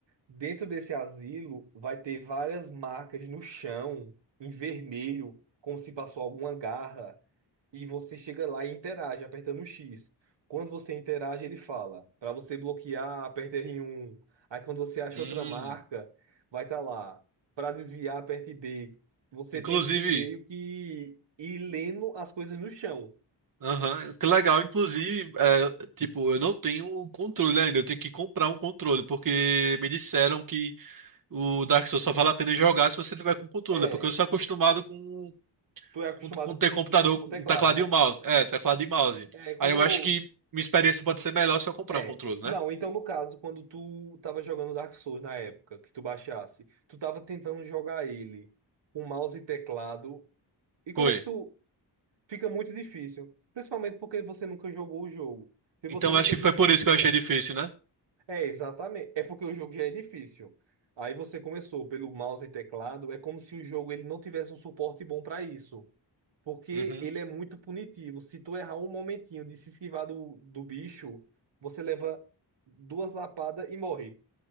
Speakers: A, on the right; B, on the right.
A: Dentro desse asilo vai ter várias marcas no chão, em vermelho, como se passou alguma garra. E você chega lá e interage, apertando o X. Quando você interage, ele fala: para você bloquear, aperta R1. Aí quando você acha
B: Hum,
A: outra marca, vai estar lá: para desviar, aperte B. Você
B: inclusive.
A: tem que ir meio que ir lendo as coisas no chão.
B: Aham, que legal. Inclusive, é, tipo, eu não tenho o controle ainda. Eu tenho que comprar um controle, porque me disseram que o Dark Souls só vale a pena jogar se você tiver com controle,
A: É,
B: porque eu sou acostumado com,
A: tu é acostumado
B: com, com ter
A: com,
B: computador
A: com
B: com
A: o teclado,
B: teclado
A: né?
B: e um mouse. É, teclado e mouse.
A: É, quando
B: Aí eu
A: eu
B: acho que minha experiência pode ser melhor se eu comprar
A: É.
B: um controle, né?
A: Não, então no caso, quando tu tava jogando Dark Souls na época, que tu baixasse, tu tava tentando jogar ele com mouse e teclado. E como
B: Foi.
A: é que tu. Fica muito difícil. Principalmente porque você nunca jogou o jogo. Se
B: Então
A: você nunca
B: acho que
A: jogou
B: foi por isso
A: o jogo.
B: que eu achei difícil, né?
A: É, exatamente. É porque o jogo já é difícil. Aí você começou pelo mouse e teclado, é como se o jogo ele não tivesse um suporte bom para isso. Porque
B: Uhum.
A: ele é muito punitivo. Se tu errar um momentinho de se esquivar do, do bicho, você leva duas lapadas e morre.